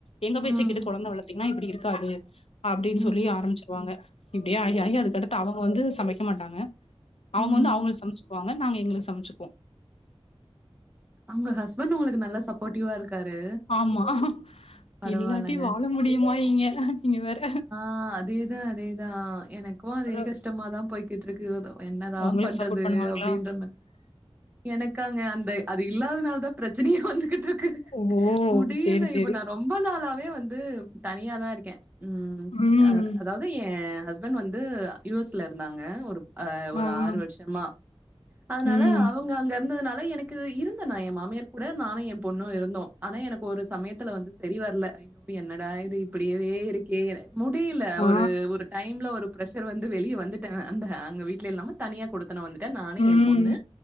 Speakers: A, on the left; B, on the right.
A: எங்க பேச்சை
B: ம்.
A: கேட்டு கொழந்தை வளத்தீங்ன்னா இப்படி இருக்காது அப்டின்னு
B: ம்.
A: சொல்லி ஆரம்பிச்சிருவாங்க இப்டியே ஆயி ஆயி
B: ம்.
A: அதுக்கடுத்து அவங்க வந்து சமைக்க மாட்டாங்க அவங்க
B: ம்.
A: வந்து அவங்களுக்கு சமைச்சுக்குவாங்க ஆனா நாங்க எங்களுக்கு சமைச்சுக்குவோ
B: உங்க ஹஸ்பண்ட் உங்களுக்கு நல்ல சப்போர்ட்டிவா இருக்காரு
A: ஆமா
B: பரவால்லங்க.
A: இல்லாட்டி வாழ முடியுமா இங்க நீங்க வேற
B: ஆ அதே தா அதே தா எனக்கு க்கும் அதே
A: அதா
B: கஷ்டமா தா போய்கிட்டு இருக்கு என்னதா
A: உங்களுக்கு
B: பண்றது
A: சப்போர்ட் பண்ணுவாங்களா
B: அப்டின்ற மாறி எனக்கு அங்க அந்த அது இல்லாதனால தா பிரச்சனையே வந்துகிட்டு இருக் கு
A: ஓ
B: முடியில
A: சேரி
B: இப்ப
A: சேரி
B: நா ரொம் ப நாளாவே வந்து தனியா தா இருக்க உம்
A: ம்
B: அதாவது என் ஹஸ்பண்ட் வந்து யு எஸ் ல இருந்தாங்க ஒரு அ ஒரு
A: ஆ ம்
B: ஆறு வருஷமா அதனால
A: ம்
B: அவ அவங்க அங்க இருந்ததுனால எனக்கு இருந்த நா என் மாமியார் கூட நானும் என் பொண்ணும் இருந்தோ ஆனா எனக்கு ஒரு சமயத்துல வந்து சரி வரல ஐய்யோ என்னடா இது அப்படியவே இருக்கே முடியல
A: ஆ
B: ஒரு ஒரு டைம்ல ஒரு ப்ரஷர் வந்து வெளிய வந்துட்டே அந்த அங்க வீ்ட்ல இல்லாம தனியா குடுத்தனம் வந்துட்ட நானு
A: ம்
B: ய பொண்ணு